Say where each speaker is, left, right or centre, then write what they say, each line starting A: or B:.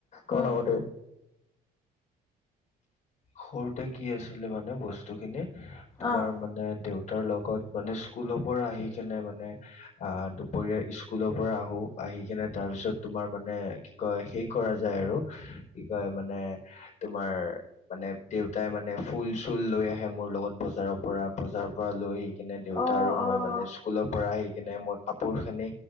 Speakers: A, on the left; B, on the left.
A: কণ
B: উম
A: গতে সৰুতে কি আছিলে মানে বস্তু খিনি তোমাৰ
B: অ'
A: মানে দেউত তাৰ লগত মানে স্কুলৰ পৰা আহি কিনে মানে আহ দুপৰীয়াাৰ স্কুলৰ পৰা আহো আহ আহি কেনে তাৰ পিছত তোমাৰ মানে কয় সেই কৰা যায় আৰু কি কয় মানে তোমাৰ মানে দেউতাই মানে ফুল চুল লৈ আহে মোৰ লগত বজাৰৰ পৰা বজাৰৰ পৰা লৈ আহি স কিনে দেউতা
B: অ'
A: আৰু মই
B: অ'
A: মানে স্কুলৰ পৰা আহি কেনে মোৰ কাপোৰ খিনি